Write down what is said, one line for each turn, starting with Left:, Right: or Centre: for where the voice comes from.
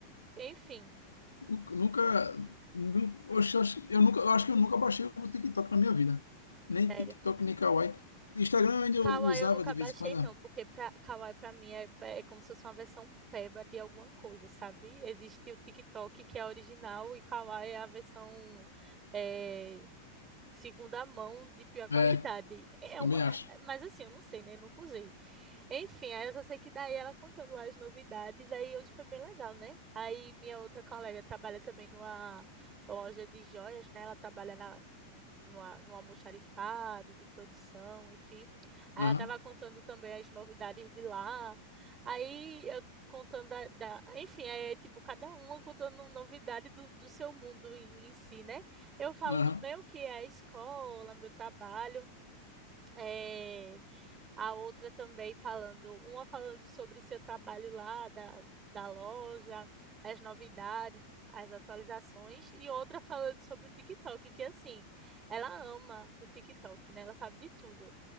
Right: Enfim,
Left: eu nunca. nu- oxe, acho- eu nunca, eu acho que eu nunca baixei o TikTok na minha vida. Nem
Right: sério.
Left: TikTok, nem Kawaii. Instagram ainda eu
Right: Kawaii
Left: usava
Right: eu nunca
Left: de
Right: baixei,
Left: vez em quando.
Right: não, porque pra... Kawaii pra mim é, é como se fosse uma versão peba de alguma coisa, sabe? Existe o TikTok, que é original, e Kawaii é a versão é, segunda mão de pior qualidade.
Left: É,
Right: É
Left: também
Right: uma,
Left: acho.
Right: mas assim, eu não sei, né? Nunca usei. Enfim, aí eu só sei que daí ela contando lá as novidades, aí hoje foi bem legal, né? Aí minha outra colega trabalha também numa loja de joias, né? Ela trabalha na, numa, num almoxarifado de produção, enfim. Aí
Left: Aham,
Right: ela tava contando também as novidades de lá. Aí eu contando da, da- enfim, é tipo cada uma contando novidade do, do seu mundo em, em si, né? Eu falo
Left: aham.
Right: do meu que é a escola, meu trabalho, é a outra também falando, uma falando sobre seu trabalho lá da, da loja, as novidades, as atualizações, e outra falando sobre o TikTok, que assim, ela ama o TikTok, né? Ela sabe de tudo.